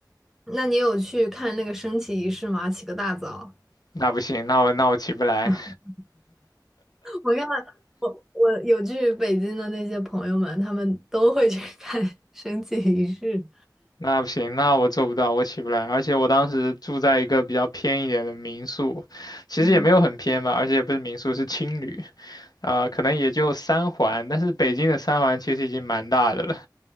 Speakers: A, in the centre; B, on the left.
A: 那你有去看那个升旗仪式吗？起个大早。
B: 那不行，那我那我起不来。
A: <laughs> 我看我我有去北京的那些朋友们，他们都会去看 <laughs> 升旗仪式，
B: 那不行，那我做不到，我起不来。而且我当时住在一个比较偏一点的民宿，其实也没有很偏吧，
A: 嗯，
B: 而且也不是民宿，是青旅，啊、可能也就三环，但是北京的三环其实已经蛮大的了，